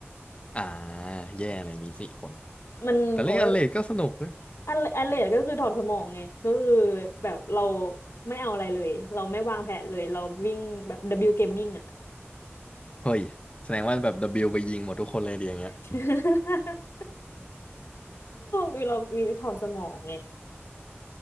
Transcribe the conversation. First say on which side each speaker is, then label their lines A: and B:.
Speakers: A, on the left; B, on the left.
A: อ่าแย่เลยมีสี่คน
B: มันโอ้ย
A: แต่เล่นอันเลดก็สนุกนะ
B: อันอันเลดก็คือถอดสมองไงก็คือแบบเราไม่เอาอะไรเลยเราไม่วางแผนเลยเราวิ่งแบบ W Gaming อ่ะ
A: เฮ้ยแสดงว่าแบบ W ไปยิงหมดทุกคนเลยดีอย่างเงี้ย
B: <laughs> มีเรามีถอนสมองไง